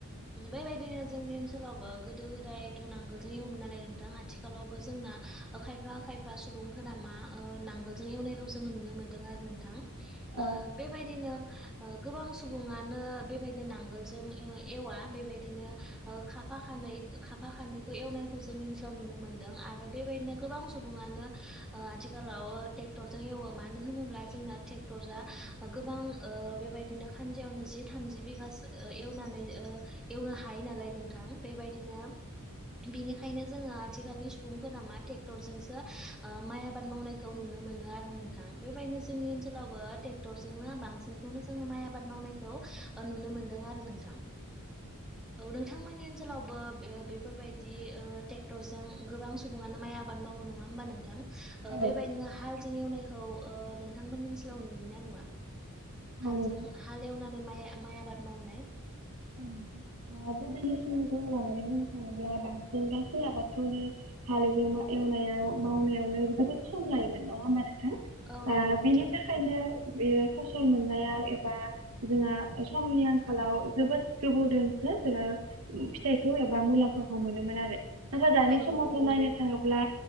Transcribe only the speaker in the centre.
बेबायदिनो जोंनि ओनसोलावबो गोदो गोदायथ' नांगोलजों एवोमोन नालाय नोंथां आथि खालावबो जोंना आखायफा -आखायफा। फा सुबुंफोरा मा ओ नांगोलजों एवनायखौ जोङो नुनो मोन्दों आरो नोंथां।
ओ बेबायदिनो ओ गोबां सुबुङानो बेबायदिनो नांगोलजों एवा बेबायदिनो खाफा खानै खा फा खानैखौ एवनायखौ जोंनि ओनसोलाव नुनो मोन्दों आरो बेबायदिनो गोबां सुबुङानो आथिखालाव ट्रेक्टरजों एवो मानो होनोब्ला जोंना ट्रेक्टरा गोबां ओ ओ बेबायदिनो खानजायावनो जि थामजि बिघासो एवनानै एवनो हायो नालाय नोंथां बेबायदिनो बिनिखायनो जोङो आथिखालनि सुबुंफोरा मा टेक्टरजोंसो माइ आबाद मावनायखौ नुनो मोन। मोनो आरो नोंथां बेबायदिनो जोंनि ओनसोलावबो तेकरजोंनो बांसिनखौनो जोंङो माइ आबाद मावनायखौ ओ नुनो मोनदों आरो नोंथां, औ नोंथां माने ओनसोलावबो ओ बेफोरबायदि ओ टेक्टरजों गोबां सुबुङानो माइ आबाद मावो नङा होमबा नोंथां? ओ
बेबायदिनो हालजों एवनायखौ ओ नोंथांमोननि ओनसोलाव नुयो ना नुवा?
हालजों
हाल एवनानै माइ-माइ आबाद मावनाय।
औ
नंगौ नोंथां
औ
नंगौ
नोंथां